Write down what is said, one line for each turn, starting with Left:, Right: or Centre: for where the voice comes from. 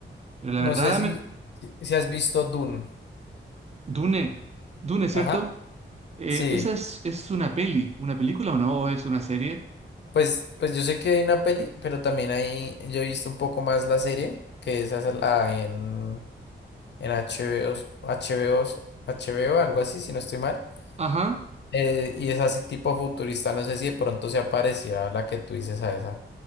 Right: Pero la verdad
Left: No sé si,
Right: me,
Left: si si has visto Dune.
Right: Dune, Dune, ¿cierto?
Left: Ajá,
Right: Eh,
Left: sí.
Right: ¿esa es, es una peli, una película o no? ¿O es una serie?
Left: Pues, pues yo sé que hay una peli, pero también hay, yo he visto un poco más la serie, que esa es la en, en HBO, HBO, HBO, algo así, si no estoy mal.
Right: Ajá.
Left: Eh, y es así tipo futurista, no sé si de pronto se aparecía la que tú dices a esa.